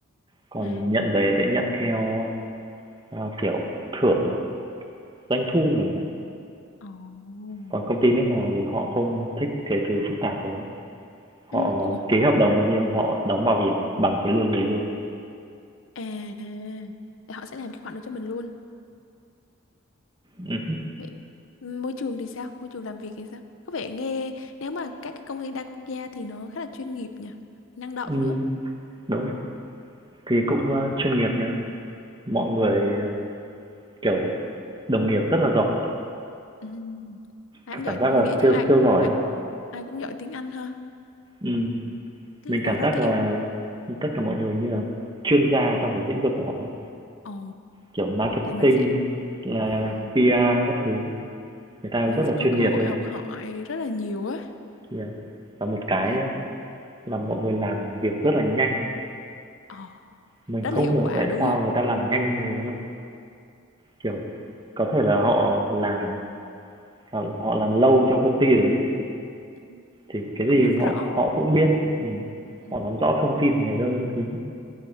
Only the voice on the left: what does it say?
À.
Ồ.
ừ, ủa
à để họ sẽ làm cái khoản đó cho mình luôn
vậy môi trường thì sao môi trường làm việc thì sao có vẻ nghe nếu mà các cái công ty đa quốc gia thì nó khá là chuyên nghiệp nhỉ năng động
nữa
Ừ. ai
cũng giỏi
mình
nghĩ chắc
ai
cũng
ai,
ai cũng giỏi tiếng Anh ha
Thế
đó là
cái
yêu
ồ
thì mình sẽ
ừm,
mình
sẽ
có
cơ
hội
học hỏi rất là nhiều á
Ừ.
ồ
rất
là hiệu
quả
đúng
không
Ừ.
họ
nắm rõ
Ừ.